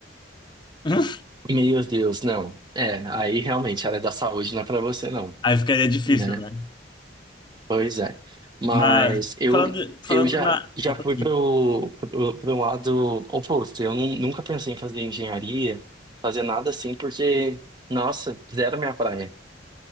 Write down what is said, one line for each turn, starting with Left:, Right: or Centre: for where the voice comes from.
Left: <laughs>
Right: Meu Deus, não. É, aí realmente a área da saúde não é pra você, não,
Left: Aí ficaria difícil,
Right: né?
Left: né?
Right: Pois é. Mas
Left: Mas,
Right: eu,
Left: falando, falando
Right: eu já,
Left: na.
Right: já
Left: Opa,
Right: fui para o lado oposto. Eu nu- nunca pensei em fazer engenharia, fazer nada assim, porque, nossa, zero minha praia.